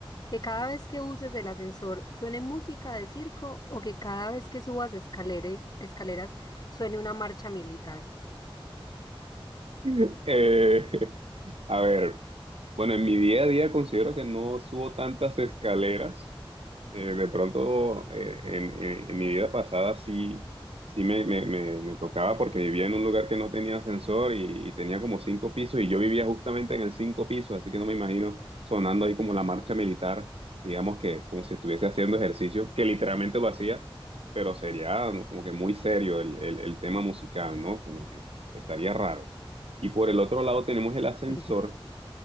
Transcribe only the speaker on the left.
¿Que cada vez que uses el ascensor suene música de circo o que cada vez que subas escaleras, escaleras suene una marcha militar?
Sí. <laughs>